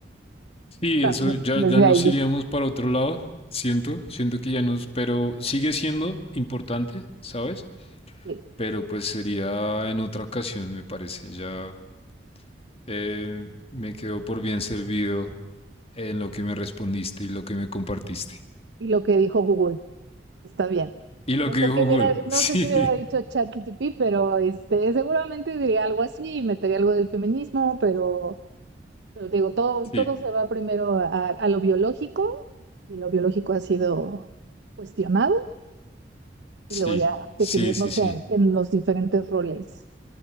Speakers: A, on the left (about 35°); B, on the right (about 75°).
A: Sí,
B: también,
A: eso ya,
B: desde
A: ya nos
B: ahí.
A: iríamos para otro lado, siento, siento que ya nos, pero sigue siendo importante, ¿sabes?
B: sí.
A: Pero pues sería en otra ocasión, me parece, ya eh, me quedo por bien servido en lo que me respondiste y lo que me compartiste.
B: Y lo que dijo Google, está bien.
A: Y lo
B: No
A: que
B: sé
A: dijo
B: qué hubiera,
A: Google, <laughs>
B: no
A: sí,
B: sé qué hubiera dicho ChatGPT, pero este, seguramente diría algo así, y metería algo del feminismo, pero, pero te digo, todo,
A: sí,
B: todo se va primero a a lo biológico, y lo biológico ha sido cuestionado y
A: sí,
B: luego ya definirnos
A: sí, sí, sí,
B: en, en los diferentes roles